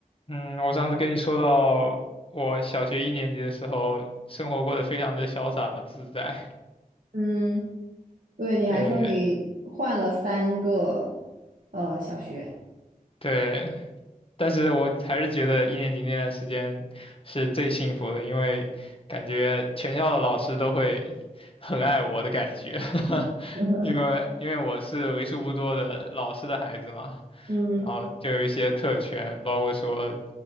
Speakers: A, on the left; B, on the right.
A: 嗯，我上次跟你说到，我小学一年级的时候，生活过得非常的潇洒自在。
B: 嗯，对，你还说你换了三个
A: 对
B: 呃小学，
A: 对，但是我还是觉得一年级那段时间是最幸福的，因为感觉全校的老师都会很爱我的感觉，<laughs>
B: <laughs>
A: 因为因为我是为数不多的老师的孩子嘛，
B: 嗯
A: 然后就有一些特权，包括说